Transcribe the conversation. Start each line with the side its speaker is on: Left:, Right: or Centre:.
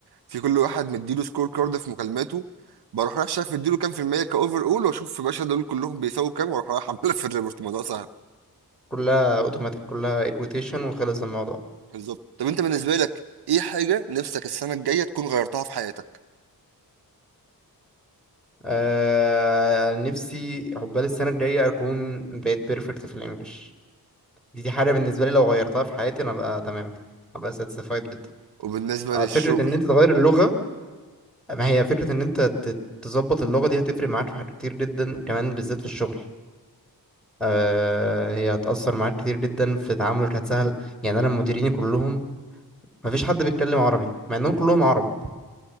Right: في كل واحد مديله سكور كارد في مكالماته بروح رايح شايف مديله كام في المية كأوفر أول وأشوف يا باشا دول كلهم بيساووا كام وأروح رايح عاملها في الريبورت الموضوع سهل
Centre: كلها اوتوماتيك كلها ايد روتيشن وخلص الموضوع
Right: بالظبط طب أنت بالنسبة لك إيه حاجة نفسك السنة الجاية تكون غيرتها في حياتك
Centre: آه نفسي عقبال السنة الجاية أكون بقيت بيرفكت في الإنجليش دي دي حاجة بالنسبة لي لو غيرتها في حياتي أنا أبقى تمام أبقى ساتسفايد جدا
Right: وبالنسبة
Centre: آه
Right: للشغل
Centre: فكرة إن أنت تغير اللغة ما هي فكرة إن أنت ت- تظبط اللغة دي هتفرق معاك في حاجات كتير جدا كمان بالذات في الشغل آه هي هتأثر معاك كتير جدا في تعاملك هتسهل يعني أنا مديريني كلهم مفيش حد بيتكلم عربي مع إنهم كلهم عرب